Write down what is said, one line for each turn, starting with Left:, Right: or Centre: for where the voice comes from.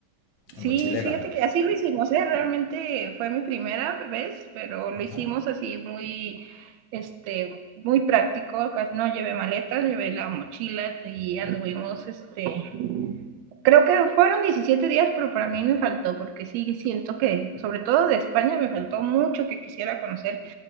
Left: de
Right: sí,
Left: mochilera.
Right: fíjate que así lo hicimos, ¿eh? realmente fue mi primera vez, pero lo
Left: Ajá.
Right: hicimos así muy, este, muy práctico. Casi No llevé maletas, llevé la mochila y anduvimos, este, creo que fueron 17 días, pero para mí me faltó, porque sí siento que, sobre todo de España, me faltó mucho que quisiera conocer.